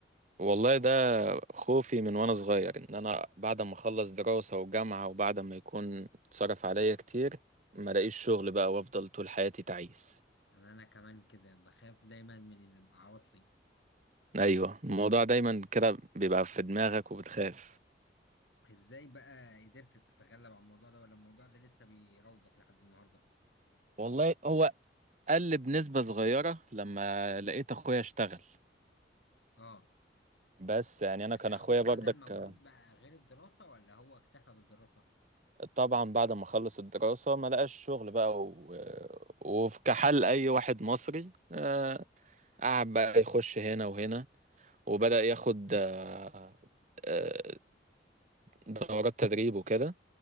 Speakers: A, on the right; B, on the left.
A: والله ده خوفي من وانا صغير ان انا بعد ما اخلص دراسة وجامعة وبعد ما يكون اتصرف عليا كتير ما الاقيش شغل بقى وافضل طول حياتي تعيس
B: انا انا كمان كده بخاف دايما من ان ابقى عواطلي
A: ايوه الموضوع دايما كده بيبقى في دماغك وبتخاف
B: ازاي بقى قدرت تتغلب على الموضوع ده ولا الموضوع ده لسه بيراودك لحد النهارده
A: والله هو قل بنسبة صغيرة لما لقيت اخويا اشتغل
B: اه
A: بس يعني
B: بس
A: انا كان
B: اخوك
A: اخويا برضك
B: بذل مجهود بقى غير الدراسة ولا هو اكتفى بالدراسة
A: طبعا بعد ما خلص الدراسة ما لقاش شغل بقى و... وفي كحال أي واحد مصري آه، قعد بقى يخش هنا وهنا وبدأ ياخد آه، آه، دورات تدريب وكده